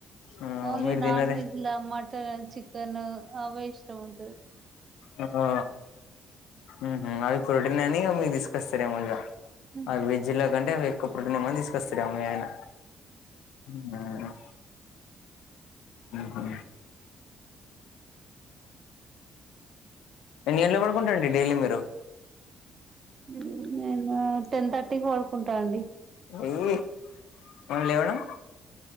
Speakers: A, on the left; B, on the right.
A: ఆ
B: ఓన్లీ
A: మీరు
B: నాన్
A: తినరే
B: వెజ్ లా మటా చికెన్ అవే ఇష్టం ఉంటది
A: అ ఆ ఉహు అవి ప్రోటీన్ అని ఇగ మీక్ తీసుకోస్తరేమో ఇగ
B: ఉమ్
A: అ వెజ్ ల గంటే అవ్ ఎక్కువ ప్రోటీన్ ఏమో తీసుకోస్తాడ్ ఏం మీ ఆయన ఉమ్మా ఉహు ఎన్ని గంట్ల పడుకుంటరండి డైలీ మీరు
B: ఉ ఉ నేనూ టెన్ థర్టీక్ పడుకుంటా అండి
A: ఈ మళ్ లేవడం